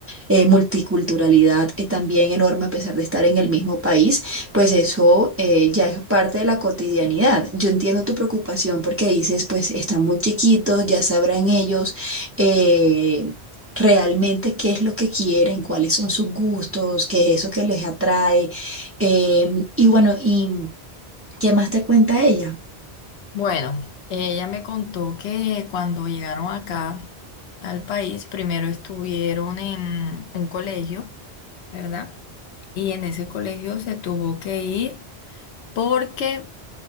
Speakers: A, on the right; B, on the left.
A: eh, multiculturalidad eh, también enorme a pesar de estar en el mismo país, pues eso eh, ya es parte de la cotidianidad. Yo entiendo tu preocupación porque dices, pues están muy chiquitos, ya sabrán ellos. eh, Realmente qué es lo que quieren, cuáles son sus gustos, qué es eso que les atrae. Em, y bueno, ¿y qué más te cuenta ella?
B: Bueno, ella me contó que cuando llegaron acá al país, primero estuvieron en un colegio, ¿verdad? Y en ese colegio se tuvo que ir porque